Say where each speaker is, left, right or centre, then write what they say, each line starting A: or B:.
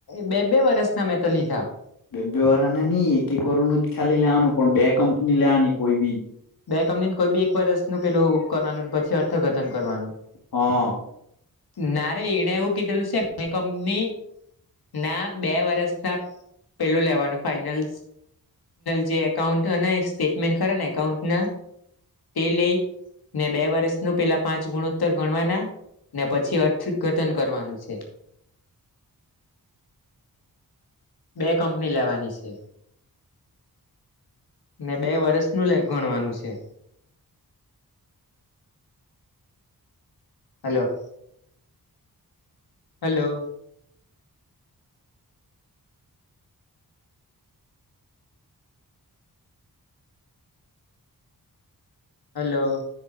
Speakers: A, on the left; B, on the left.
A: બે બે વરષ ના મેં તો લીધા.
B: બેબ વાળાને નઈ એક એક કર ન જ ખાલી લેવાનું પણ બે કંપની લેવાની કોઈ બી.
A: બે કંપનીને કોઈ બી એક વરષનુંું પેલું કરવાનું પછી અર્થઘતન કરવાનું.
B: હા.
A: ના રરે એને એવું કીધેલું છે મે કંપની. ના બે વરષ ના પેલું લેવાનું ફાઈનલ. જે એકાઉન્ટ સ્ટેટમેન્ટ ખરા ને એકાઉન્ટના તે લઈ. ને બે વર્ષ ન પેલા પાંચ ગુણોત્તર ગણવાના. ને પછી અથ ગટન કરવાનું છે.
B: હ છે.
A: બે કંપની લેવાની છે. ને બે વર્ષ નું લે ગણવાનું છે. હલો. હેલો. હલો.